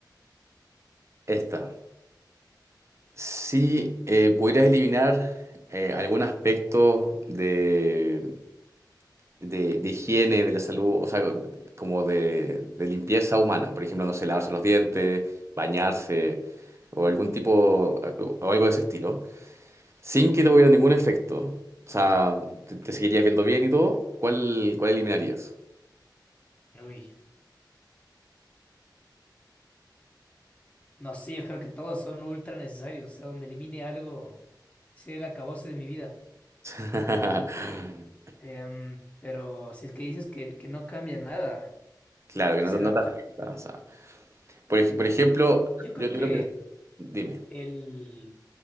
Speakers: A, on the right (about 40°); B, on the left (about 20°).
A: esta. Si eh, pudieras eliminar eh, algún aspecto de, de, de higiene, de la salud, o sea, como de, de limpieza humana, por ejemplo, no sé, lavarse los dientes, bañarse, o algún tipo, o algo de ese estilo, sin que te hubiera ningún efecto, o sea, te, te seguirías viendo bien y todo, ¿cuál, cuál eliminarías?
B: Uy, no, sí, yo creo que todos son ultra necesarios. O sea, donde elimine algo, sería el acabose de mi vida.
A: <laughs>
B: Em, pero si es que dices que, que no cambia nada,
A: Claro, que
B: ¿qué
A: no,
B: será?
A: no te afecta, o sea, por, ej- por ejemplo,
B: Eh, yo creo
A: yo, yo
B: que.
A: lo que... Dime.
B: el,